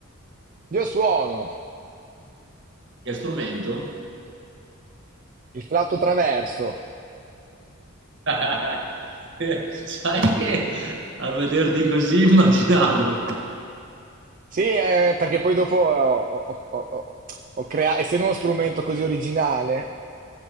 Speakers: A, on the right; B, on the right.
A: Io suono
B: Che strumento?
A: il flauto traverso.
B: <laughs> Sai che a vederti così immaginavo.
A: Sì, eh, perché poi dopo ho, ho- ho- ho- ho crea- essendo uno strumento così originale,